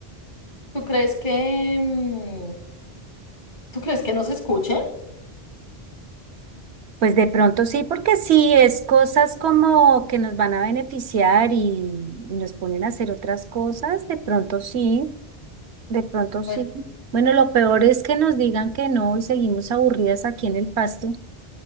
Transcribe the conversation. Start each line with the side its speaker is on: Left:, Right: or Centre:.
Left: ¿Tú crees que, mm, tú crees que nos escuchen?
Right: Pues de pronto sí, porque sí, es cosas como que nos van a beneficiar y nos ponen a hacer otras cosas, de pronto sí. De pronto sí.
Left: Bueno,
Right: Bueno, lo peor es que nos digan que no y seguimos aburridas aquí en el pasto